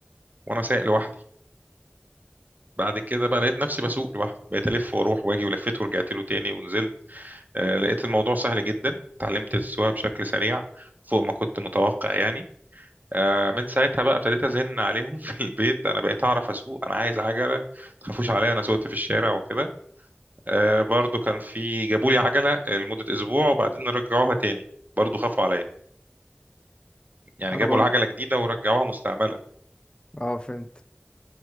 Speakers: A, on the right; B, on the left.
A: وانا سايق لوحدي بعد كده بقى لقيت نفسي بسوق لوحدي بقيت الف واروح واجي ولفيت ورجعت له تاني ونزلت آه لقيت الموضوع سهل جدا اتعلمت السواقه بشكل سريع فوق ما كنت متوقع يعني آه من ساعتها بقى ابتديت ازن عليهم <laughs> في البيت انا بقيت اعرف اسوق انا عايز عجله ما تخافوش عليا انا سوقت في الشارع وكده آه، برضو كان في جابوا لي عجلة لمدة أسبوع وبعدين رجعوها تاني برضو خافوا عليا يعني
B: انا
A: جابوا
B: برضو
A: العجلة جديدة ورجعوها مستعملة
B: اه فهمت